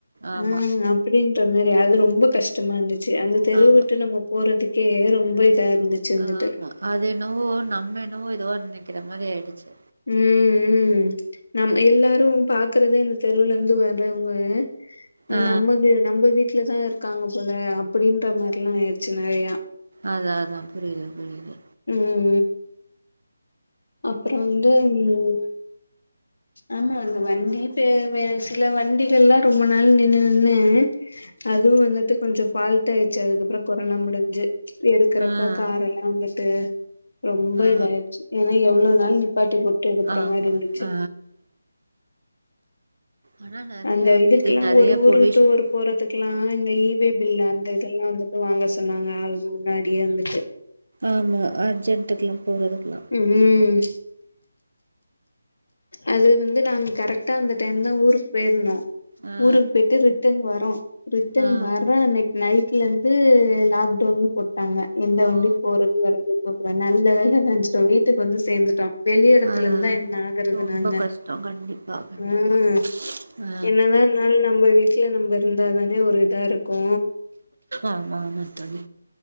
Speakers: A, on the right; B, on the left.
A: ஆமா
B: ஆ‌ அ ப்பிடின்ற மாரி அது ரொம்ப கஷ்டமா இருந்துச்சு அந்த தெரு
A: ஆமா
B: விட்டு நம்ம போறதுக் கே ரொம்ப இதா இருந்துச்சு வந்துட்டு
A: ஆமா அது என்னவோ நம்ம என்னவோ இதுவா நெனைக்கிற மாரி ஆயிடுச்சு
B: ம் ம் ம் நம் எல்லாரு பாக்குறதே இந்த தெருவுலந்து வர்றவங்க அ
A: ஆ
B: நம்மது நம்ப வீட்லதா இருக்காங்க போல அப்பிடின்ற மார்லா ஆயிடுச்சு நெறையா
A: அதா அதா புரியிது புரியிது
B: ம் அப்றொ வந்து ம் ஆமா அந்த வண்டி பே வே சில வண்டிகள்லா ரொம்ப நாள் நின்னு நின்னு அதுவு வந்துட்டு கொஞ்சொ ஃபால்ட் ஆயிட்ச்சு அதுக்கப்றோ கொரொனா முடிஞ்சு எடுக்குறப்ப
A: ஆ ஆ
B: கார் எல்லா வந்துட்டு ரொம்ப
A: ஆ
B: இதாயிருச்சு ஏனா எவ்ளோ நாள் நிப்பாட்டி போட்டு எடுக்ற
A: ஆமா
B: மாரி இருந்துச்சு
A: ஆ ஆனா நெறைய
B: அந்த
A: அமைதி
B: இதுக்குலா
A: நெறைய
B: ஒரு ஊரு
A: பொல்யூஷன்
B: விட்டு ஒரு போறதுக்குல்லா இந்த ஈவே பில் அந்த இதெல்லா வந்துட்டு வாங்க சொன்னாங்க ஆளுக முன்னாடியே வந்துட்டு
A: ஆமா அர்ஜென்ட்க்குல்லா போறதுக்குல்லா
B: ம் அது வந்து நாங்க கரெக்டா அந்த டைம் தா ஊருக் போயிருந்தோ
A: ஆ
B: ஊருக் போயிட்டு ரிட்டன் வரோ ரிட்டர்ன்
A: ஆ ஆ
B: வர்ற அன்னைக் நைட்லந்து லாக்டவுன்னு போட்டாங்க எந்த வண்டி
A: ஓ
B: போறது வரது க்கு நல்ல வேள நென்ச்சிட்டோ வீட்டுக்கு வந்து சேந்துட்டோ வெளி எடத்துல
A: அதா
B: இந்தா என்ன ஆ குறது
A: ரொம்ப
B: நாங்க
A: கஷ்டோ கண்டிப்பா கண்டிப்பா
B: ம்
A: ஆ
B: என்னதா இருந்தாலு நம்ம வீ ட்ல நம்ம இருந்தா தானே ஒரு இதா இருக்கு
A: ஆமா ஆமா தோழி